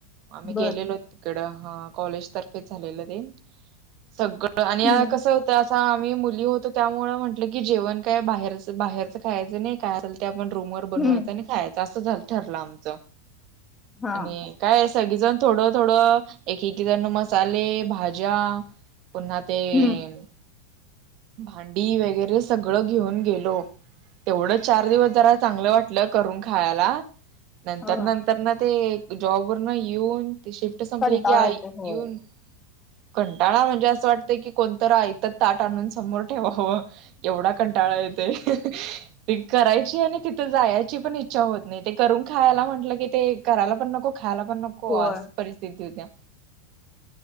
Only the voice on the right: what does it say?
आम्ही
गेलेलो. तिकड हा कॉलेज तर्फेच झालेलं ते, सगळं आणि
कसं - तर असं आम्ही मुली होतो त्यामुळे म्हटलं की, जेवण काय बाहेरच बाहेरचं खायचं नाही काय असेल ते आपण रूम करु. बनवायच
आणि खायचं अस ठरलं आमच
आणि, काय सगळीजण थोडं थोडं एक एकी जण मसाले भाज्या पुन्हा, ते....
भांडी वगैरे सगळं घेऊन गेलो, तेवढं चार दिवस जरा चांगलं वाटलं करून खायला, नंतर
-नंतर ना ते जॉब वर न येऊन ते शिफ्ट संपली
की आय
येऊन कंटाळा म्हणजे असं वाटतंय की, कोणतर आयतं ताट आणून समोर ठेवावं. एवढा कंटाळा येतोय, ती करायची आणि ति त जायाची पण इच्छा होत नाही, ते करून खायाला म्हटलं की ते करायला पण नको, खायाला पण नको
आस परिस्थिती येत्या